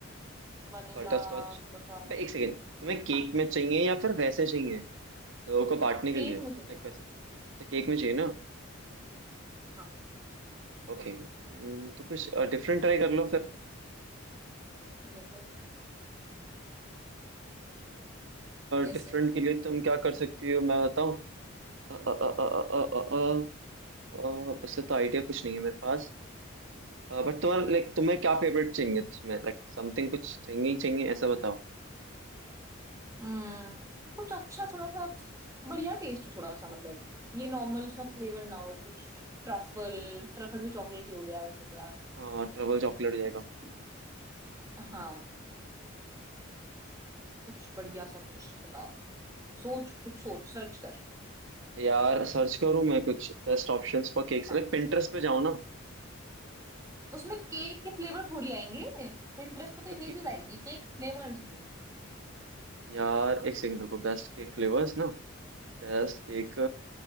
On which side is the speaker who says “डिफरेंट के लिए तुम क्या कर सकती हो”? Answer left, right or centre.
Right